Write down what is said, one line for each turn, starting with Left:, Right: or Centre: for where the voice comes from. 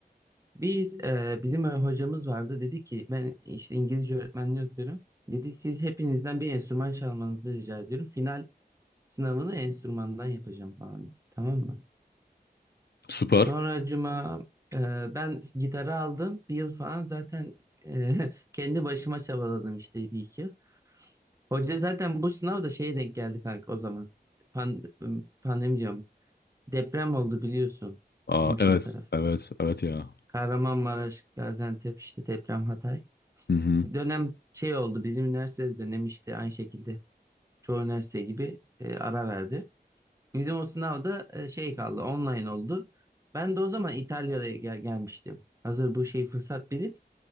Right: Biz e, bizim öyle hocamız vardı dedi ki ben işte İngilizce öğretmenliği okuyorum. Dedi siz hepinizden bir enstrüman çalmanızı rica ediyorum. Final sınavını enstrümandan yapacağım falan dedi. Tamam mı?
Left: Süper.
Right: Sonra cuma e, ben gitarı aldım. Bir yıl falan zaten e, <laughs> kendi başıma çabaladım işte bir iki yıl. Hoca zaten bu sınavda şeye denk geldi kanka o zaman. Pan, pandemi diyorum. Deprem oldu biliyorsun
Left: Aa,
Right: bizim şey
Left: evet
Right: tarafında.
Left: evet evet ya.
Right: Kahramanmaraş, Gaziantep işte deprem Hatay.
Left: Hı hı.
Right: Dönem şey oldu bizim üniversite dönem işte aynı şekilde çoğu üniversite gibi e, ara verdi. Bizim o sınavda e, şey kaldı online oldu. Ben de o zaman İtalya'ya gel- gelmiştim. Hazır bu şey fırsat bilip